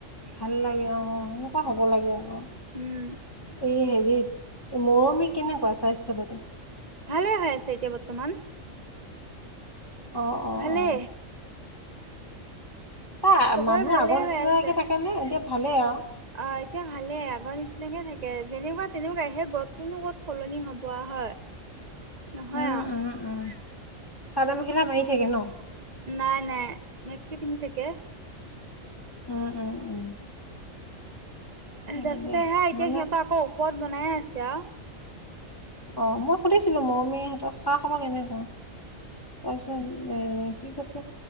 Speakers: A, on the left; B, on the right.
A: ভাল লাগে অ' অ' সেনেকুৱা হব লাগে অ'
B: উম,
A: এই হেৰিত মৰমী কেনেকুৱা স্বাস্থ্য পাতি?
B: ভালে হৈ আছে এতিয়া বৰ্তমান।
A: অ অ
B: ভালে।
A: অ তাই
B: চবৰে
A: মানুহ
B: ভালে
A: আগৰ
B: হৈ
A: নিচিনাকে
B: আছে।
A: থাকে নে এতিয়া ভালেই আৰু?
B: অ' এতিয়া ভালে আগৰ নিচিনাকে থাকে যেনেকুৱা তেনেকুৱা সে গত টোনো কত সলনি হ'ব আৰু। হয় নহয়
A: উম
B: আৰু।
A: উম উম চাদৰ মেখেলা মাৰি থাকে ন'?
B: নাই নাই মেক্সি পিন্ধি থাক।
A: উম, উম, উম। অ
B: তাৰিছতে
A: দিয়া
B: হেয়া এতিয়া
A: মানে
B: সিহঁতৰ আকৌ ওপৰত বনাইে আছে।
A: অ' মই সুধিছিলো মৰমী সহতৰ খা খাব কেনেকুৱা তাৰপিছত এ কি কৈছে